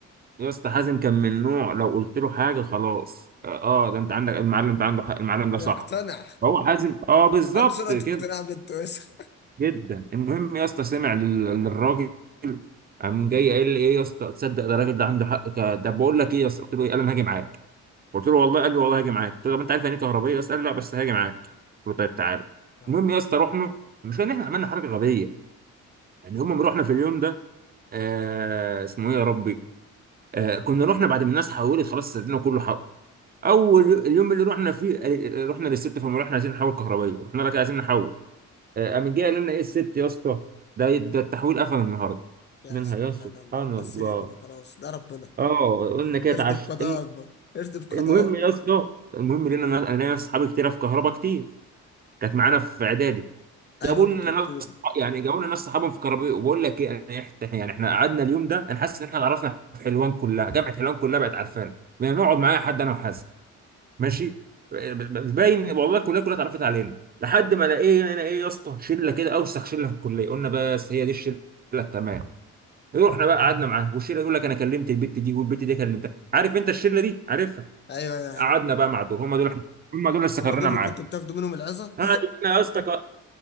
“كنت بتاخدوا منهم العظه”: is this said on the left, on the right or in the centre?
Left